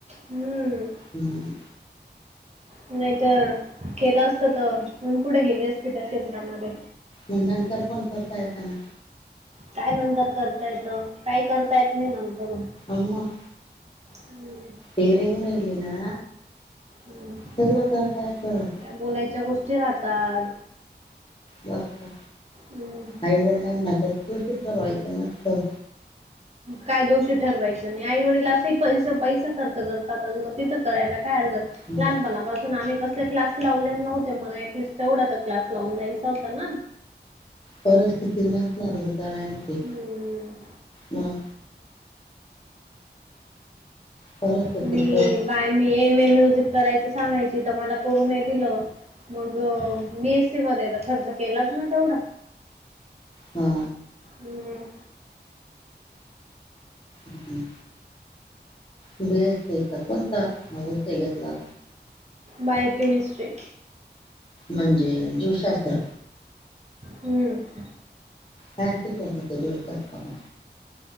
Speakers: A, on the right; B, on the left.
A: हम.
B: हम्म
A: नाही त, केलं असत त <unintelligible> पुढे गेले असते, त्या क्षेत्रामध्ये.
B: मग नंतर पण करता येतं, ना.
A: काय नंतर करता येतं? काय करता येत नाही, नंतरून.
B: अन् मग.
A: हम्म.
B: डेरिंग राहिली ना
A: अम्म.
B: सगळं करता येतं.
A: त्या बोलायच्या, गोष्टी राहतात.
B: बर, का?
A: हम्म
B: आई-वडिलांना कधी दोषी ठरवायचं नसतं.
A: काय दोषी ठरवायचं नाही. आई- वडील असही, पैसं-पैसं खर्च करतात. मग तिथं करायला काय हरकतय.
B: हं.
A: लहानपणापासून आम्ही, कस क्लास लावलेले नव्हते. मग ऍटलिस्ट तेवढा त क्लास, लावून द्यायचा होता ना.
B: परिस्थिती नसणार बिचाऱ्यांची.
A: हम्म
B: म. परिस्थिती
A: मी,
B: प्रभू
A: काय मी एम ए म्युझिक करायच सांगायची तर, मला करून दिलं. मग बी एस सी मध्ये आता खर्च केलाच ना तेवढा.
B: हा.
A: मग.
B: हं, हं. बी एस सीचा, कोणता? विषय घेतला.
A: Bio - chemistry.
B: म्हणजे जीवशास्त्र.
A: हम्मं.
B: कायं शिकवतांत ते जीवशास्त्रामध्ये?